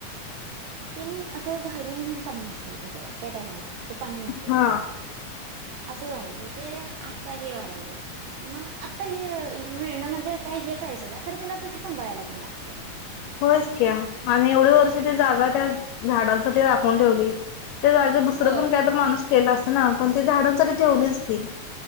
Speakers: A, on the right; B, on the left.
A: तेनी असं घारीन नेऊन पाणी घातलं होतं तेव्हा त्या टायमाला तिथं पाणी नव्हतं
B: हा
A: तर असं झालं तर ते आता हेवा लागले मग आता हे मिळणं म्हणजे काही हेच आहे संडा खरं त्याला तस सांभाळायला पण लागते
B: होच क्या आणि एवढे वर्ष ते जागा झाडांसाठी राखून ठेवली जाग दुसर
A: होय
B: पण काय माणूस केलं अस ना पण त झाडांसाठी ठेवलीच की